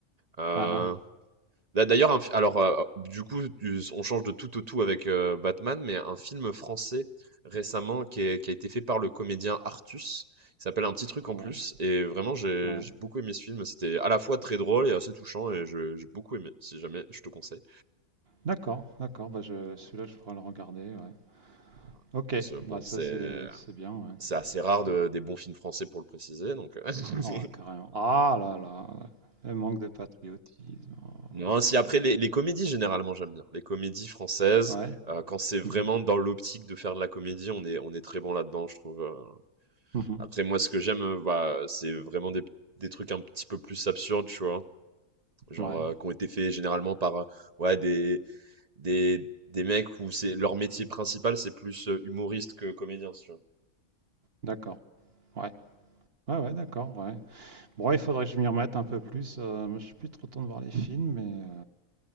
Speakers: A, on the right; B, on the right.
A: Euh,
B: Ah ah,
A: D'a d'ailleurs, un fi alors, heu, du coup, du on change de tout au tout avec, heu, Batman, mais un film français récemment qui est qui a été fait par le comédien Artus. Il s'appelle Un petit truc en
B: ouais,
A: plus et vraiment j'ai
B: ouais.
A: j'ai beaucoup aimé ce film. C'était à la fois très drôle et assez touchant et je j'ai beaucoup aimé, si jamais, je te conseille.
B: D'accord, d'accord, bah je, celui-là, je pourrais le regarder, ouais.
A: Voilà.
B: Ok,
A: Parce que bon,
B: bah ça,
A: c'est
B: c'est, c'est bien, ouais.
A: c'est assez rare de
B: <laughs>
A: des bons films français pour le préciser donc, heu <laughs>
B: Oh, carrément. Ah là là, le manque de patriotisme. Oh.
A: non, si après les les comédies généralement j'aime bien. Les comédies françaises,
B: Ouais,
A: heu, quand c'est vraiment
B: mhm,
A: dans l'optique de faire de la comédie, on est on est très bon là-dedans je trouve, euh,
B: mhm,
A: Après, moi, ce que j'aime, euh, bah, c'est vraiment des, des trucs un petit peu plus absurdes, tu vois. Genre,
B: Ouais,
A: euh, qui ont été faits généralement par, euh, ouais, des, des, des mecs où c'est, leur métier principal, c'est plus euh, humoriste que comédien, si tu
B: d'accord, ouais, ouais, ouais, d'accord, ouais. Bon, il faudrait que je m'y remette un peu plus. euh, moi, je suis plus trop temps de voir les films, mais